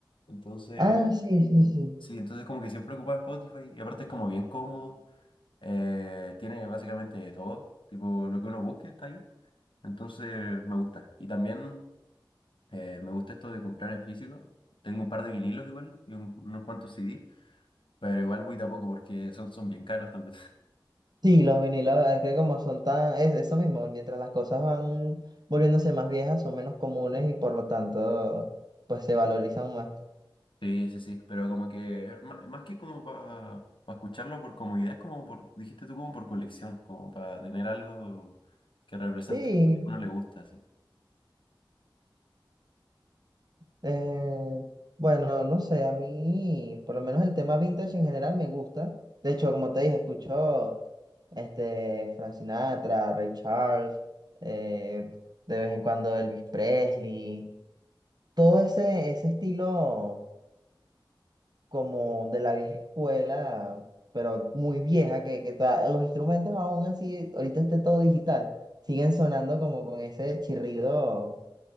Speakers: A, on the left; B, on the right.
A: Entonces,
B: Ah, sí, sí, sí.
A: sí, entonces como que siempre ocupa Spotify y aparte es como bien cómodo. eh, tiene básicamente de todo, tipo lo que uno busque está ahí. Entonces me gusta. Y también eh, me gusta esto de comprar en físico. Tengo un par de vinilos igual y un- unos cuantos CD. Pero igual voy tampoco porque son, son bien caros también. <laughs>
B: Sí, los vinilos, es que como son tan, es eso mismo, mientras las cosas van volviéndose más viejas, son menos comunes y por lo tanto, pues se valorizan más.
A: Sí, sí, sí, pero como que ma- más, que como para escucharlo por comodidad, es como por, dijiste tú, como por colección, como para tener algo que represente
B: Sí.
A: lo que a uno le gusta, sí.
B: Eh, bueno, no sé, a mí por lo menos el tema vintage en general me gusta. De hecho, como te dije, escucho este, Frank Sinatra, Ray Charles, eh, de vez en cuando Elvis Presley, todo ese, ese estilo como de la vieja escuela, pero muy vieja, que, que ta- los instrumentos aún así, ahorita está todo digital, siguen sonando como con ese chirrido,